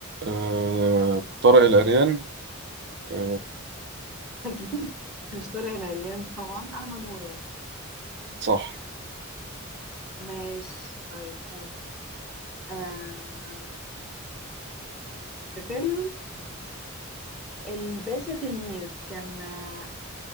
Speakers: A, on the right; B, in the centre.
A: آه، طارق العريان آه،
B: اكيد مش طارق العريان طبعا احمد مراد
A: صح
B: ماشي طيب حلو آه في فيلم الباشا تلميذ كان آه